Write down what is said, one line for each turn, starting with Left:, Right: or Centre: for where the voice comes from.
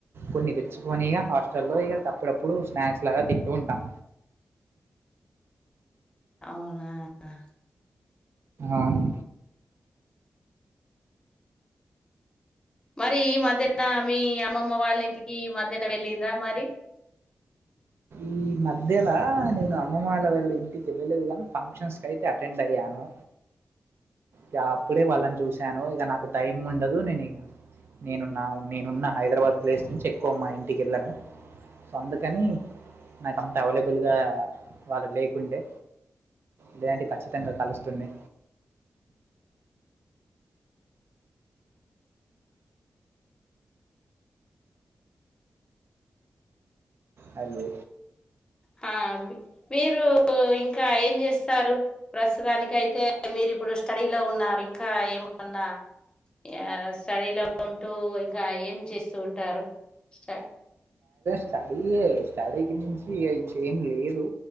Right: కొన్ని తెచ్చుకోనిగ హాస్టల్లో ఇగ అప్పుడప్పుడు స్నాక్స్ లాగా తింటూ ఉంటాం
Left: ఔనా
Right: ఔను
Left: మరీ ఈ మధ్యనా మీ అమ్మమ్మ వాళ్ళింటికీ ఈ మధ్యన వెళ్ళిండ్రా మరి
Right: ఈ మధ్యలా నేన్ అమ్మమాల వాళ్ళింటికి ఎళ్ళలేదు గానీ ఫంక్షన్స్ క అయితే అటెండ్ అయ్యాను గా అప్పుడే వాళ్ళని చూశాను ఇగ నాకు టైం ఉండదు నేన్ ఇగ నేను నా నేనున్నా హైదరాబాద్ ప్లేస్ నుంచి ఎక్కువ మా ఇంటిక్ ఎళ్ళను సొ అందుకనీ నాక్ అంత అవైలబుల్గా వాళ్ళు లేకుండె లేదంటె ఖచ్చితంగా కలుస్తుండె హలో
Left: హా మీరూ ఇంకా ఏం చేస్తారు ప్రస్తుతానికైతె మీరు ఇప్పుడు స్టడీలో ఉన్నారు ఇంకా ఏమన్నా ఆ స్టడీలో ఉంటూ ఇంకా ఏం చేస్తూ ఉంటారు స్ట
Right: స్టడీయే స్టడీకి మించి ఇగ ఇంకేం లేదూ